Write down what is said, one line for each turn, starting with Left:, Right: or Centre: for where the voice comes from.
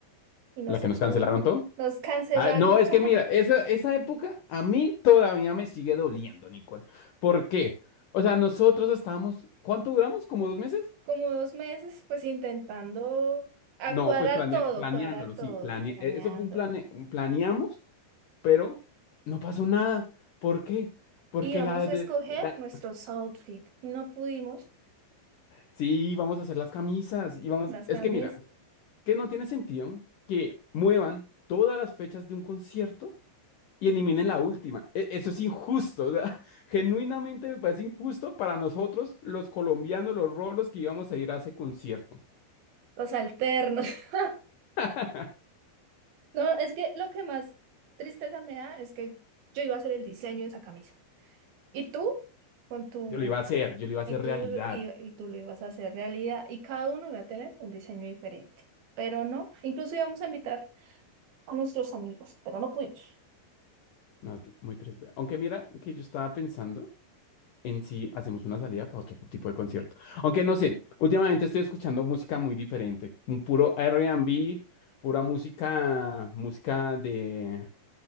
Right: y no
Left: la
Right: se
Left: que nos
Right: pudo.
Left: cancelaron todo.
Right: Nos cancelaron
Left: Ah, no, es
Right: como,
Left: que mira,
Right: <laughs>
Left: esa, esa época a mí todavía me sigue doliendo, Nicole. ¿Por qué? O sea, nosotros estábamos, ¿cuánto duramos? ¿Como dos meses?
Right: como dos meses, pues intentando a
Left: No,
Right: cuadrar
Left: pues planea-
Right: todo,
Left: planeándolo,
Right: cuadrar todo,
Left: sí, planea
Right: planeando.
Left: e- eso fue un plane un planeamos, pero no pasó nada. ¿Por qué? Porque
Right: Y íbamos
Left: la
Right: a
Left: de
Right: escoger
Left: la-
Right: nuestros outfits y no pudimos.
Left: sí, vamos a hacer las camisas y vamos,
Right: Las
Left: es
Right: camis,
Left: que mira, que no tiene sentido que muevan todas las fechas de un concierto y eliminen la última. E- eso es injusto, o sea, <laughs> genuinamente me parece injusto para nosotros los colombianos, los rolos que íbamos a ir a ese concierto.
Right: los alternos. <laughs>
Left: <laughs>
Right: No, es que lo que más tristeza me da es que yo iba a hacer el diseño de esa camisa. ¿Y tú? Con tu
Left: Yo lo iba a hacer, yo lo iba a
Right: y
Left: hacer
Right: tú,
Left: realidad.
Right: y, y tú lo ibas a hacer realidad y cada uno iba a tener un diseño diferente. Pero no, incluso íbamos a invitar a nuestros amigos, pero no pudimos.
Left: No, t- muy triste. Aunque mira que yo estaba pensando en si hacemos una salida para otro tipo de concierto. Aunque no sé, últimamente estoy escuchando música muy diferente. Un puro R and B pura música, música de,